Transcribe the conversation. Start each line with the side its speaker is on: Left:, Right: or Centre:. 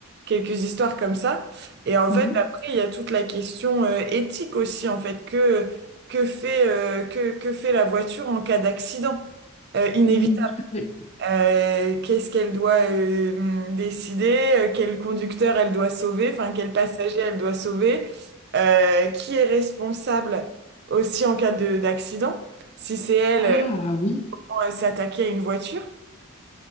Right: quelques histoires comme ça. Et en
Left: Mhm.
Right: fait, après, il y a toute la question euh, éthique aussi, en fait, que que fait euh, que que fait la voiture en cas d'accident euh, inévitable.
Left: Mm, tout à fait.
Right: Euh, qu'est-ce qu'elle doit euh, décider, euh, quel conducteur elle doit sauver, enfin quel passager elle doit sauver, euh, qui est responsable aussi en cas de d'accident, si c'est elle
Left: Ah
Right: euh,
Left: oui,
Right: quand elle s'est attaquée à une voiture.